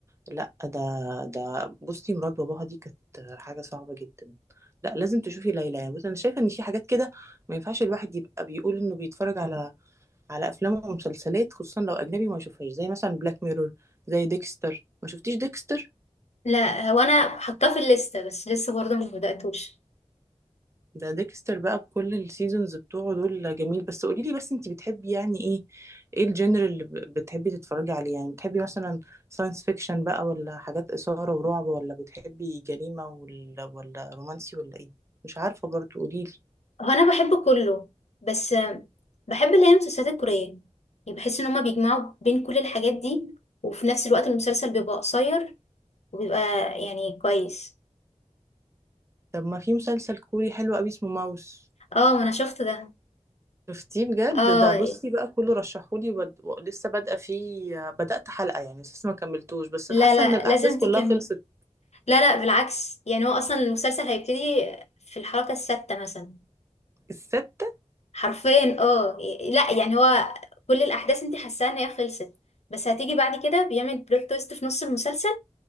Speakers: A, on the right; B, on the left.
A: لا ده ده بصي مرات باباها دي كانت حاجة صعبة جدا لا لازم تشوفي ليلى يعني بصي أنا شايفة إن في حاجات كده ما ينفعش الواحد يبقى بيقول إنه بيتفرج على على أفلام ومسلسلات خصوصا لو أجنبي ما يشوفهاش زي مثلا بلاك ميرور زي ديكستر ما شفتيش ديكستر
B: لا هو انا حاطاه في الليسته بس لسه برضه مش بداتوش
A: ده ديكستر بقى بكل السيزونز بتوعه دول جميل بس قولي لي بس انت بتحبي يعني ايه ايه الجنر اللي ب- بتحبي تتفرجي عليه يعني بتحبي مثلا ساينس فيكشن بقى ولا حاجات إثارة ورعب ولا بتحبي جريمة ولا ولا رومانسي ولا ايه مش عارفة برضو قولي لي
B: هو انا بحب كله بس بحب اللي هي المسلسلات الكورية يعني بحس ان هما بيجمعوا بين كل الحاجات دي وفي نفس الوقت المسلسل بيبقى قصير وبيبقى يعني كويس
A: طب ما في مسلسل كوري حلو قوي اسمه ماوس
B: اه ما انا شفت ده
A: شفتيه بجد
B: اه
A: ده بصي بقى كله رشحولي وبد... لسه بادئه فيه بدأت حلقة يعني لسه ما كملتوش بس
B: لا
A: حاسة
B: لا
A: ان الأحداث
B: لازم
A: كلها
B: تكمل
A: خلصت
B: لا لا بالعكس يعني هو اصلا المسلسل هيبتدي في الحلقة السادسة مثلا
A: الستة
B: حرفيا اه لا يعني هو كل الاحداث انت حاساها ان هي خلصت بس هتيجي بعد كده بيعمل بلوت تويست في نص المسلسل